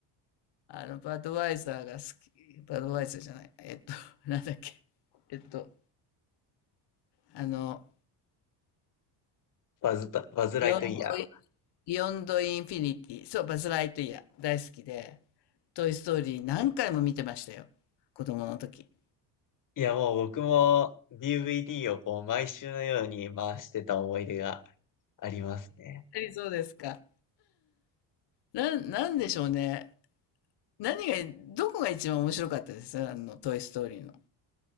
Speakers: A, on the left (about 60°); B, on the left (about 40°).
A: あの、バドワイザーが好き、バドワイザーじゃない、えっと、<laughs> なんだっけ、えっと、あの、
B: バズった、バズライトイヤー。
A: ヨンド度ヨンドインフィニティ、そう、バズ・ライトイヤー、大好きで、トイ・ストーリー何回も見てましたよ、子供の時。やっ
B: いやもう僕も DVD をこう毎週のように回してた思い出がありますね。
A: ぱりそうですか。なん、なんでしょうね。何が、どこが一番面白かったですあの、トイ・ストーリーの。